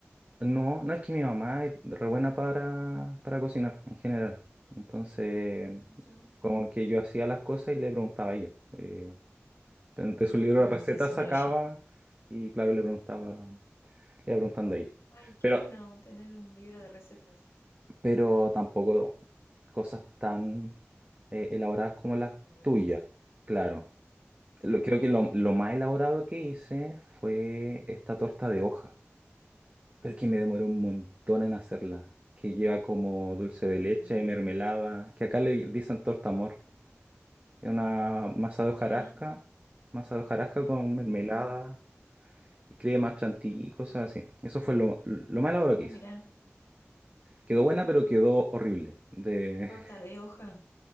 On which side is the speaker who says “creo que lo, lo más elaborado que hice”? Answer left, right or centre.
Right